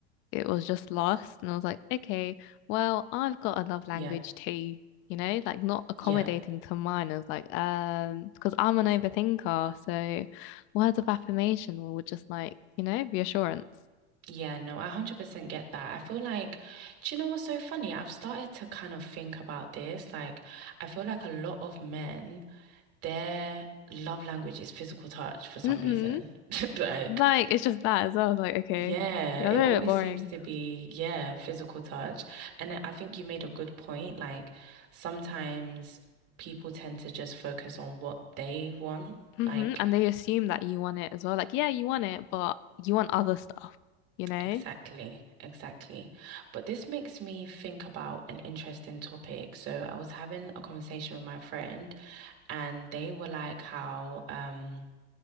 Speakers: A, on the left; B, on the right.
A: it was just lost. And I was like, okay, well, I've got a love language
B: Yeah,
A: too, you know, like not accommodating
B: yeah,
A: to mine. I was like, um, because I'm an overthinker. So words of affirmation were just like, you know, reassurance.
B: yeah. No, I 100% get that. I feel like, do you know what's so funny? I've started to kind of think about this. Like, I feel like a lot of men, their love language is physical touch for some
A: Mm-hmm.
B: reason. <laughs> Like,
A: Like it's just that as well. I was like, okay,
B: yeah,
A: yeah,
B: it
A: they're
B: always
A: a bit boring.
B: seems to be, yeah, physical touch. And I I think you made a good point. Like, sometimes people tend to just focus on what they want.
A: Mm-hmm.
B: Like,
A: And they assume that you want it as well. Like, yeah, you want it, but you want other stuff, you know?
B: Exactly, exactly. But this makes me think about an interesting topic. So I was having a conversation with my friend, and they were like how um